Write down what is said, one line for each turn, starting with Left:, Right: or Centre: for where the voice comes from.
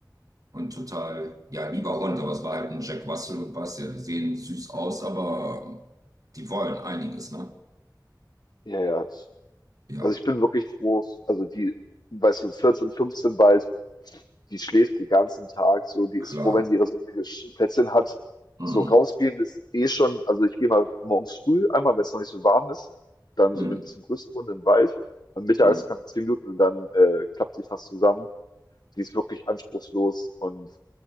Right: Und total, ja, lieber Hund, aber es war halt ein Jack Russell und was, ja, die sehen süß aus, aber ähm, die wollen einiges, ne?
Left: Ja, ja.
Right: Ja,
Left: Also ich bin wirklich froh. Also die, weißt du, 14, 15 war Die schläft den ganzen Tag so, die
Right: klar.
Left: ist froh, wenn sie ihre sonnige Sch- Plätzchen hat.
Right: Hm,
Left: So rausgehen ist eh schon, also ich gehe mal morgens früh, einmal, wenn es noch nicht so warm ist, dann
Right: hm,
Left: so eine bisschen größere Runde im Wald. am mittags
Right: hm.
Left: kannst du zehn Minuten und dann äh, klappt sie fast zusammen. Die ist wirklich anspruchslos und